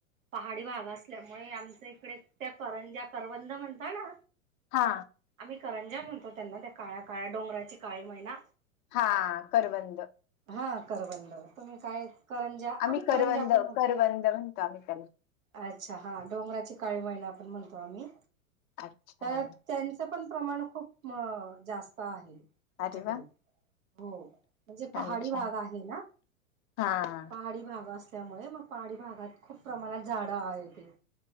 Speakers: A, on the right; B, on the left.
A: पहाडी भाग असल्यामुळे आमच्या इकडे त्या करंज्या करवंद म्हणता ना
B: हा
A: आम्ही करंजा म्हणतो त्यांना त्या काळ्या काळ्या डोंगराची काळी महिना
B: हा करवंद
A: हां करवंद तुम्ही काय करंजा
B: आम्ही करवंद
A: करंजा पण म्हणतो.
B: करवंद म्हण म्हणतो आम्ही त्यांनी
A: अच्छा हा डोंगराची काळी मैना पण म्हणतो आम्ही
B: अच्छा
A: तर त्यांच पण प्रमाण खूप जास्त आहे तुमच्याकडे
B: अरे वा
A: हो म्हणजे
B: छान
A: पहाडी
B: छान
A: भाग आहे ना
B: हा
A: पहाडी भाग असत त्यामुळे मग पहाडी भागात खूप प्रमाणात झाड आहेत